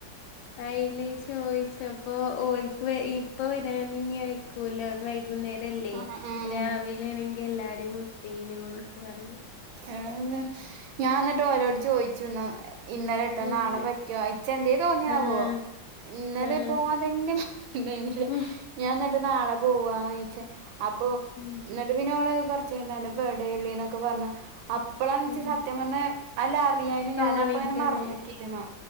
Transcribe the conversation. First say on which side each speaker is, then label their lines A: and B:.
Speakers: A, on the left (about 80°); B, on the right (about 85°).
A: അയിൽ ചോദിച്ചപ്പോ ഓലക്ക് ഇപ്പ വരൻ ഇ അയക്കൂലന്ന് വൈ വൈകുന്നേരല്ലേ
B: ആ ആ
A: രാവിലൊണെങ്കിൽ എല്ലാരും മുട്ടീനു ന്നൊക്കെ പറഞ്ഞു
B: ഏ ഞാൻ എന്നിട്ട് ഓലോട് ചോയിച്ചു ഇന്നലെട്ടോ
A: എന്ത്
B: നാളെ പറ്റുവോ ഇച്ച എന്തേ തോന്നിയാവോ
A: ആഹ്
B: ഇന്നലെ
A: ആഹ്
B: പോവാൻ തന്നെ ഇല്ല ഇല്ല
A: ഉം
B: ഞാൻ എന്നിട്ട് നാളെ പോവാന്ന്ച്ചാ അപ്പൊ
A: ഉം
B: ന്നട്ട് പിന്നെ ഓൾ കൊറച്ച് കഴിഞ്ഞ് അൻറ ബെടെക്കെ പറഞ്ഞ് അപ്പളാണ് ഇൻക്ക്
A: ഉം
B: സത്യം പറഞ്ഞാൽ അ ല <unintelligible>
A: തോണിക്കണ്
B: ഞാൻ അപ്പായിങ്ങനെ മറന്നിക്കില്ലേന്ന്